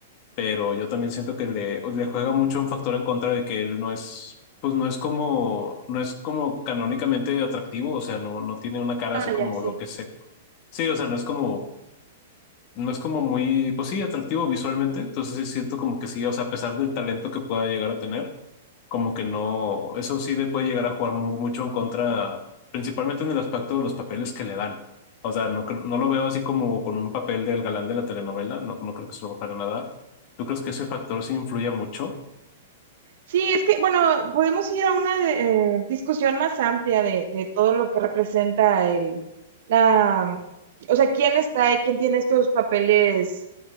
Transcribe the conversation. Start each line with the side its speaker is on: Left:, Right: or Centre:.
Left: pero yo también siento que le, le juega mucho un factor en contra de que él no es, pues no es como, no es como canónicamente atractivo, o sea, no, no tiene una cara
Right: ah,
Left: así como
Right: ya, sí.
Left: lo que se, sí, o sea, no es como no es como muy, pues sí, atractivo visualmente, entonces sí siento como que sí, o sea, a pesar del talento que pueda llegar a tener, como que no, eso sí le puede llegar a jugar mu- mucho en contra, principalmente en el aspecto de los papeles que le dan. O sea, no, cre- no lo veo así como con un papel del galán de la telenovela, no, no creo que se lo vayan a dar. ¿Tú crees que ese factor sí influye mucho?
Right: Sí, es que, bueno, podemos ir a una de- eh, discusión más amplia de, de todo lo que representa el, la, o sea, quién está y quién tiene estos papeles